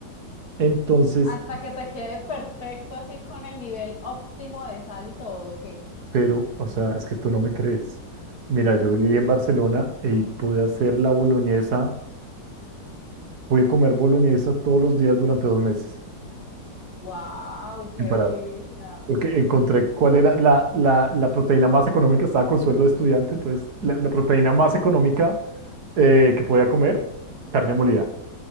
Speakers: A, on the right; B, on the left.
A: Entonces,
B: hasta que te quede perfecto así con el nivel óptimo de sal y todo, qué
A: Pero, o sea, es que tú no me crees. Mira, yo viví en Barcelona y pude hacer la boloñesa, pude comer boloñesa todos los días durante dos meses,
B: wow, qué
A: sin parar,
B: delicia.
A: porque encontré cuál era la, la, la proteína más económica, estaba con sueldo de estudiante, entonces la, la proteína más económica eh, que podía comer, carne molida.